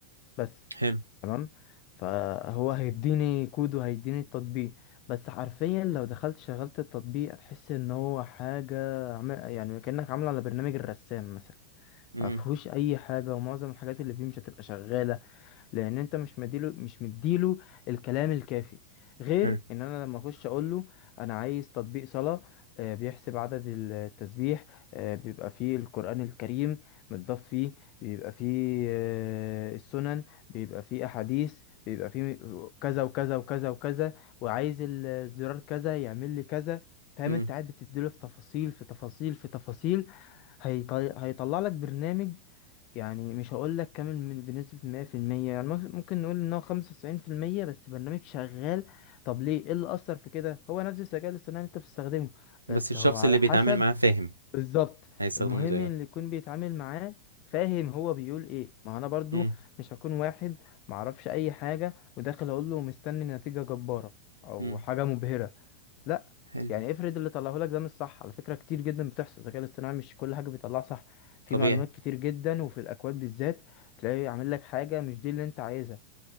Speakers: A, on the left; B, on the right.
A: بس
B: حلو
A: تمام فهو هيديني كود وهيديني التطبيق بس حرفيا لو دخلت شغلت التطبيق هتحس ان هو حاجة عم- يعني كأنك عامله على برنامج الرسام مثلا
B: مم.
A: ما فيهوش اي حاجه ومعظم الحاجات اللي فيه مش هتبقى شغاله لان انت مش مديله مش مديله الكلام الكافي غير
B: حلو
A: ان انا لما اخش اقول له انا عايز تطبيق صلاة آه، بيحسب عدد التسبيح آه، بيبقى فيه القرآن الكريم متضاف فيه بيبقى فيه آه، السنن بيبقى فيه احاديث بيبقى فيه كذا وكذا وكذا وكذا وعايز الزرار كذا يعمل لي كذا فاهم
B: مم.
A: انت قاعد بتديله في تفاصيل في تفاصيل في تفاصيل هيطل... هيطلع لك برنامج يعني مش هقول لك كامل من بنسبة 100% يعني ممكن ممكن نقول ان هو 95% بس برنامج شغال طب ليه ايه اللي اثر في كده هو نفس الذكاء الاصطناعي اللي انت بتستخدمه
B: بس
A: بس
B: الشخص
A: هو على
B: اللي بيتعامل
A: حسب
B: معاه فاهم
A: بالظبط
B: هيستخدمه
A: المهم
B: زيه
A: اللي يكون بيتعامل معاه فاهم هو بيقول ايه ما انا برضو
B: مم.
A: مش هكون واحد معرفش اي حاجة وداخل اقول له مستني نتيجة جبارة او
B: مم.
A: حاجة مبهرة لا
B: حلو
A: يعني افرض اللي طلعه لك ده مش صح على فكرة كتير جدا بتحصل الذكاء الاصطناعي مش كل حاجة بيطلعها صح في
B: طبيعي
A: معلومات كتير جدا وفي الأكواد بالذات تلاقيه عامل لك حاجة مش دي اللي انت عايزها